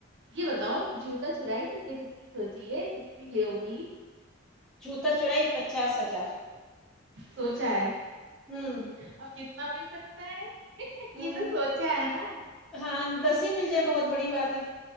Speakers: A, on the right; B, in the centre.
A: یہ بتاؤ جوتا چرائی تم نے کتنی سوچی ہے کتنی لیو گی
B: جوتا چورائی پچاس ہزار
A: سوچا ہے
B: ہوں
A: اب کتنا مل سکتا ہے
B: ہوں
A: یہ تو سوچا ہے نا
B: ہاں دس ہی مل جائے بہت بڑی بات ہے